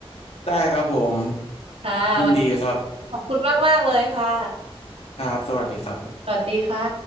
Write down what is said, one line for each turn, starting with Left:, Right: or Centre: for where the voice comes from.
Left: ได้ครับผม
Right: <laughs> ค่ะวันนี้
Left: ยินดีครับ
Right: ขอบคุณมากๆเลยค่ะ
Left: ครับสวัสดีครับ
Right: สวัสดีค่ะ